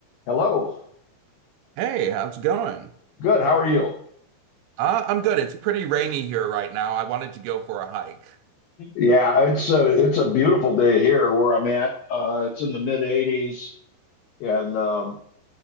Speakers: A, on the left (about 80°); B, on the right (about 80°).
A: Hello.
B: Hey, how's it going?
A: Good. How are you?
B: Uh, I'm good. It's pretty rainy here right now. I wanted to go for a hike.
A: Yeah, it's a it's a beautiful day here where I'm at. Uh, it's in the mid 80s and um,